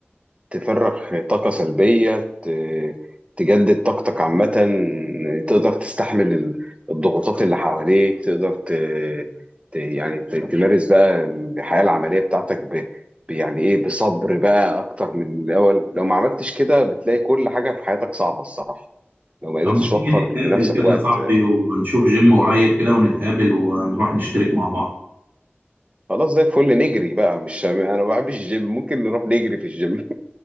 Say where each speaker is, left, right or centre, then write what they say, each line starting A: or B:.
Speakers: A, on the right; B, on the right.
A: تفرغ طاقة سلبية ت- تجدد طاقتك عامة تقدر تستحمل ال- الضغوطات اللي حواليك تقدر ت... ت... يعني ت- تمارس بقى الحياة العملية بتاعتك ب... ب- يعني ايه بصبر بقى اكتر من الاول لو ما عملتش كده بتلاقي كل حاجة في حياتك صعبة الصراحة لو ما قدرتش
B: طب ما تيجي
A: توفر
B: نتقابل
A: لنفسك
B: كده
A: وقت
B: يا صاحبي ونشوف جيم قريب كده ونتقابل ونروح نشترك مع بعض
A: خلاص زي الفل نجري بقى مش انا ما بحبش الجيم ممكن نروح نجري في الجيم